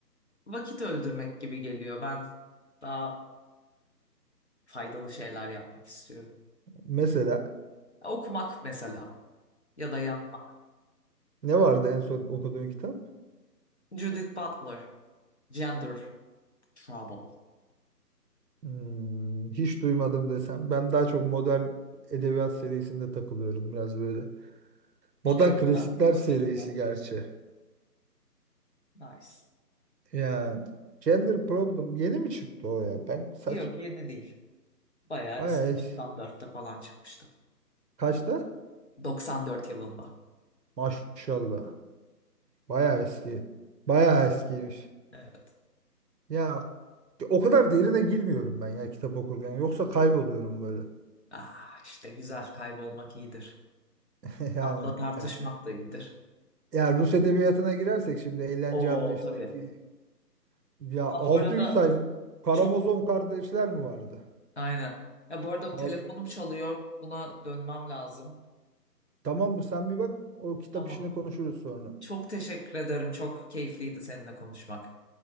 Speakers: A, on the left (about 45°); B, on the right (about 80°).
A: vakit öldürmek gibi geliyor. Ben daha faydalı şeyler yapmak istiyorum.
B: Mesela
A: Okumak mesela ya da yazmak.
B: ne vardı en son okuduğun kitap?
A: Judith Butler, Gender Trouble.
B: Hmm, hiç duymadım desem. Ben daha çok modern edebiyat serisinde takılıyorum biraz böyle.
A: O
B: Modern
A: da güzel.
B: klasikler
A: O
B: serisi
A: da güzel.
B: gerçi.
A: Nice.
B: Yani Gender Problem yeni mi çıktı o ya? Ben saç
A: Yok yeni değil. Bayağı
B: bayağı
A: eski
B: es-
A: 94'te falan çıkmıştı.
B: kaçta?
A: 94 yılında.
B: Maşallah. Bayağı eski. Bayağı eskiymiş.
A: Evet.
B: Ya O kadar derine girmiyorum ben ya kitap okurken. Yoksa kayboluyorum böyle.
A: Ah işte güzel kaybolmak iyidir.
B: <laughs> Yani
A: Tatla tartışmak
B: ya,
A: da iyidir.
B: ya Rus edebiyatına girersek şimdi eğlence
A: Oo
B: anlayışındaki
A: tabii.
B: ya
A: Ha,
B: 600
A: bu arada
B: sayfa Karamazov
A: çok
B: kardeşler mi vardı?
A: aynen. Ya bu arada
B: Al,
A: telefonum çalıyor. Buna dönmem lazım.
B: tamam mı sen bir bak o kitap
A: Tamam.
B: işini konuşuruz sonra.
A: Çok teşekkür ederim. Çok keyifliydi seninle konuşmak.